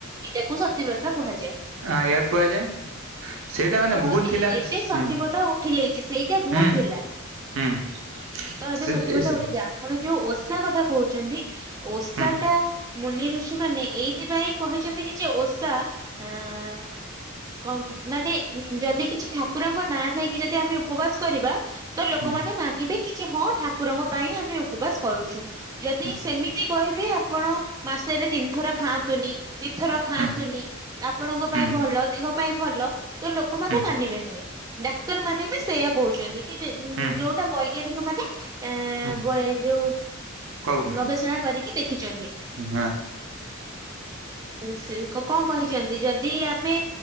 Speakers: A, on the right (about 15°); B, on the right (about 65°).
A: ଏଇଟାକୁ ସତୀପ୍ରଥା କୁହାଯାଏ।
B: ଆଗ୍ୟା କୁହାଯାଏ। ସେଇଟା
A: ହୁଁ
B: ମାନେ
A: ତ
B: ଭୁଲ ଥିଲା
A: ଏବେ ସତୀପଥା
B: ହୁଁ
A: ଉଠି ଯାଇଛି ସେଇଟା ଭୁଲ୍
B: ହୁଁ
A: ଥିଲା।
B: ହୁଁ
A: ତ ଏବେ
B: ସେ
A: ସତୀପଥା
B: ଏ ସେ
A: ଉଳିଚି ଆପଣ ଯୋଉ ଓଷା କଥା କହୁଛନ୍ତି ଓଷା
B: ହୁଁ
A: ଟା ମୁନି ଋଷି ମାନେ ଏଇଥିପାଇଁ କହିଛନ୍ତି କି ଯେ ଓଷା ଆଁ କମ୍ ମାନେ ଯଦି କିଛି ଠାକୁରଙ୍କ ନାଁ ନେଇକି ଯଦି ଆମେ ଉପବାସ କରିବା ତ ଲୋକମାନେ
B: ହୁଁ
A: ମା ନିବେ କି ଯେ ହଁ ଠାକୁରଙ୍କ ପାଇଁ ଆମେ ଉପବାସ କରୁଛୁ। ଯଦି
B: ହୁଁ
A: ସେମିତି କହିବି ଆପଣ ମାସରେ ତିନିଥର ଖାଆନ୍ତୁନି। ଦିଥର ଖାଆନ୍ତୁନି
B: ହୁଁ
A: ଆପଣଙ୍କ
B: ହୁଁ
A: ପାଇଁ ଭଲ ଦିହ ପାଇଁ ଭଲ ତ ଲୋକମାନେ
B: ହୁଁ
A: ମାନିବେ ନାହିଁ। ଡାକ୍ତର ମାନେ ବି ସେୟା କହୁଛନ୍ତି କି
B: ହୁଁ
A: ଯୋଉଟା ବୈଜ୍ଞାନିକ ମାନେ ଏଁ
B: ହୁଁ
A: ବୈ ଯୋଉ
B: କହୁଛନ୍ତି
A: ଗବେଷଣା କରିକି ଦେଖିଛନ୍ତି।
B: ହଁ
A: ସେ କଣ କହିଛନ୍ତି ଯଦି ଆମେ